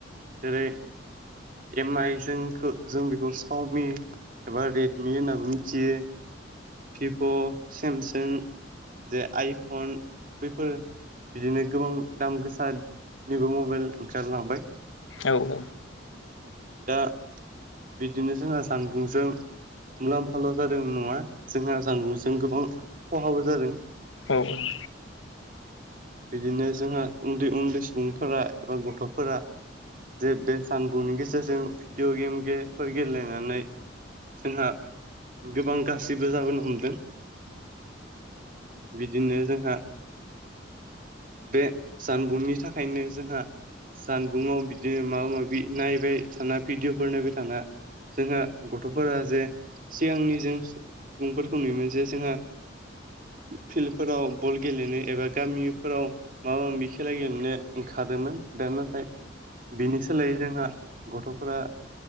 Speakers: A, on the right (about 45°); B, on the left (about 90°).
A: जेरै एम आइ जोंखौ जों बेखौ चावमि एबा रेडमि होनाबो मिथियो। भिभ सेमसां जे आइफन बैफोर बिदिनो गोबां दाम गोसानिबो मबाइल ओंखारलांबाय।
B: औ औ
A: दा बिदिनो जोंहा जानबुंजों मुलाम्फाल' जादों नङा जोंहा आसामुंजों गोबां खहाबो जादों।
B: औ <inaudible>
A: बिदिनो जोंहा उन्दै उन्दै सुबुंफोरा एबा गथ'फोरा जे बे जामबुंनि गेजेरजों भिडिअ' गेमेफोर गेलेनानै जोंहा गोबां गासिबो जाबोनो हमदों। बिदिनो जोंहा बे जानबुंनि थाखायनो जोंहा जानबुंङआव बिदिनो माबा माबि नायबाय थाना भिडिअफोर नायबाय थाना जोंहा गथ'फोरा जे सिगांनि जों सुबुंफोरखौ नुयोमोन जे जोंहा फिल्डफोराव बल गेलेनो एबा गामि फोराव माबा माबि खेला गेलेनो ओंखारोमोन दा नाथाय बिनि सोलायै जोंहा गथ'फोरा